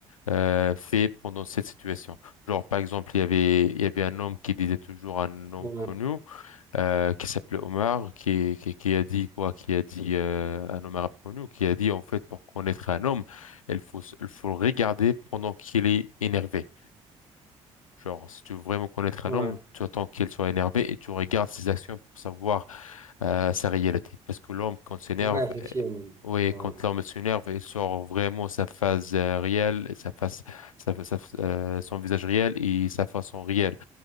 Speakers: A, on the left; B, on the right.
A: euh, fait pendant cette situation. Genre, par exemple, il y avait, il y avait un homme qui disait toujours un homme
B: Ouais.
A: connu euh, qui s'appelait Omar, qui, qui, qui a dit quoi? Qui a dit euh, un homme arabe connu, qui a dit en fait, pour connaître un homme, il faut, s- il faut le regarder pendant qu'il est énervé. Genre, si tu veux vraiment connaître
B: Ouais.
A: un homme, tu attends qu'il soit énervé et tu regardes ses actions pour savoir euh, sa réalité. Parce que l'homme, quand s'énerve,
B: Ouais, effectivement.
A: euh, ouais,
B: Ouais.
A: quand l'homme s'énerve, il sort vraiment sa phase euh, réelle, sa face, sa, sa- euh, son visage réel et sa façon réelle.